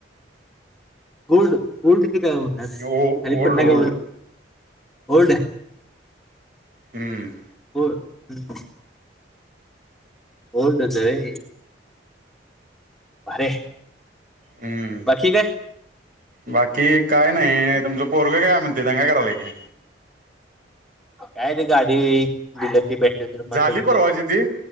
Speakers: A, in the centre; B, on the right.
A: गोल्ड गोल्ड का म्हतास
B: ओ
A: अलिपणाग
B: ओल्ड ओल्ड
A: ओल्ड.
B: हम्म.
A: <inaudible> ओल्डचये. भारी,
B: हम्म
A: बाकी काय?
B: बाकी काय नाही तुमचं पोरग काय म्हणते त्यां काय करालाय काय?
A: काय ते गाडी दिलं ती भेटत्यात
B: झाली
A: <unintelligible> बघितलेली
B: परवाची ती